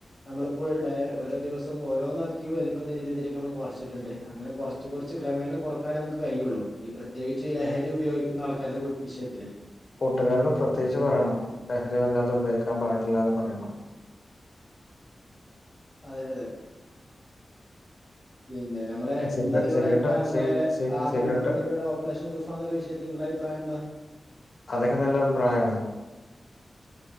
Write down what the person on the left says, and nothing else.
കൂട്ടുകാരോട് പ്രത്യേകിച്ച് പറയണം ലഹരി വല്ലാതെ ഉപയോഗിക്കാൻ പാടില്ലാന്ന് പറയണം.
സിഗര
സിഗരറ്റ് സിഗരറ്റ്
സി സി
സിഗരറ്റ്
അതൊക്കെ നല്ല അഭിപ്രായാണ്.